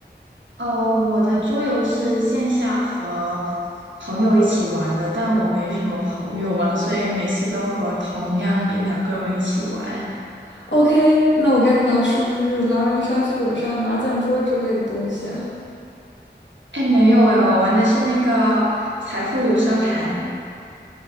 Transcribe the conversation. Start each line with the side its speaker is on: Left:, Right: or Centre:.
Right: 哦，我的桌游是线下和朋友一起玩的，但我没什么朋友嘛，所以每次都和同样一两个人一起玩。
Left: OK，那我 get 到是不是狼人杀、剧本杀、麻将桌之类的东西啊？
Right: 哎，没有哎，我玩的是那个财富流沙盘，